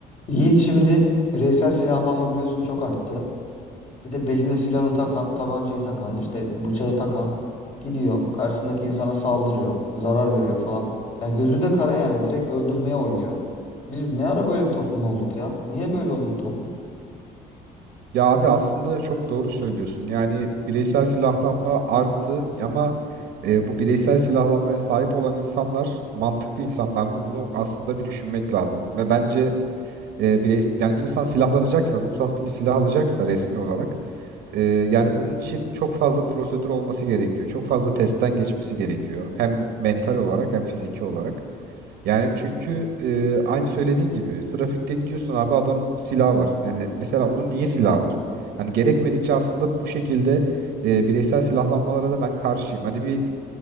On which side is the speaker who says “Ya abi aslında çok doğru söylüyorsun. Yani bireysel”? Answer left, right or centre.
Right